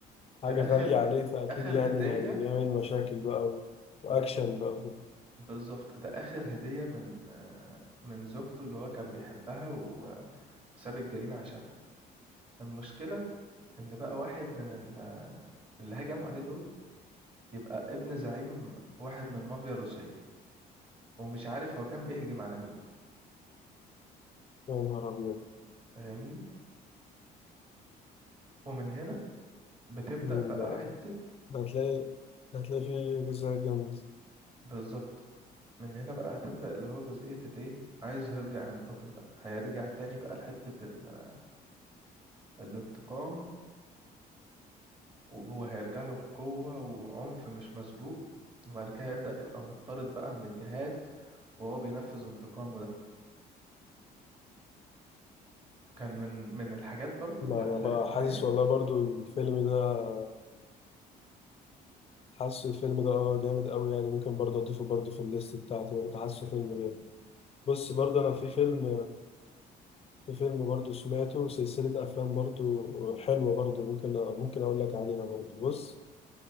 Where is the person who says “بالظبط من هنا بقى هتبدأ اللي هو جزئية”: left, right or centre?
Right